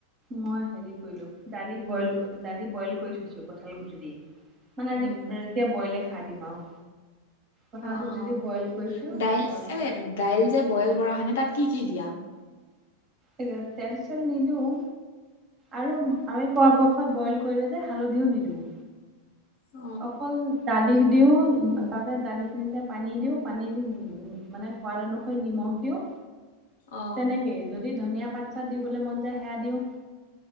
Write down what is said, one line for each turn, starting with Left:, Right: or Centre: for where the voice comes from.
Right: মই হেৰি কৰিলো দালি বইল দালি বইল কৰি থৈছো কঁঠাল, গুটি দি মানে আজি
Left: উম
Right: এতিয়া বইলে খাই দিম আৰু কঠাল,
Left: অ
Right: গুটি
Left: অ
Right: দি বইল কৰিছো
Left: দাইল
Right: তাৰপিছত
Left: এ দাইল যে বইল কৰা হয়নে তাত কি কি দিয়া
Right: এইযে তেলচেল নিদিওঁ আৰু আমি পৰাপক্ষত বইল কৰিলে যে হালধিও নিদিওঁ
Left: অ
Right: অকল দালি- দিওঁ তাতে দালিখিনিতে পানী দিওঁ পানী দি মানে সোৱাদ অনুসৰি নিমখ দিওঁ।
Left: অ
Right: তেনেকেই যদি ধনিয়া পাত চাত দিবলৈ মন যায়। সেয়া দিওঁ